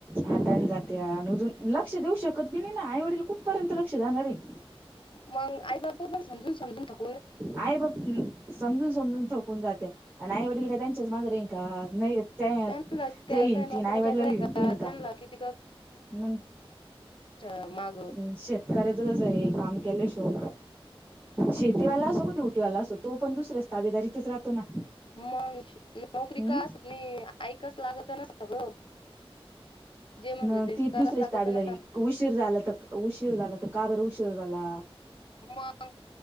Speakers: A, on the right; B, on the left.
A: हाताने जाते आण उजून लक्ष देऊ शकत बी नाही ना आई वडील कुठपर्यंत लक्ष जाणार आहे.
B: मग आई बाप पण समजून समजून थक
A: आयबाप समजून समजून थकून जात्या. आणि आई वडील काय त्यांच्याच माग राहिन का? नाही. ते
B: त्यांना काय
A: ते ईनती
B: काय नोकऱ्या
A: नाही वडलांला
B: चोकऱ्या
A: इनते का
B: त्यांना किती
A: मग
B: च मग
A: उम्म शेत श करायचं कस आहे काम केलं शो शेतीवाला असो क तेवटीवाला असो तो पण दुसऱ्याच ताबदारी थच राहतो ना.
B: मंग नोकरी
A: हम्म
B: कास नाही ऐकास लागतं ना सगळं. जे म्हणलं
A: मग
B: ते
A: ती
B: कराच
A: दुसऱ्याची
B: लागत
A: ताबेदारी,
B: ना
A: उशीर झाला तर उशीर झाला तर का बर उशीर झाला?
B: मंग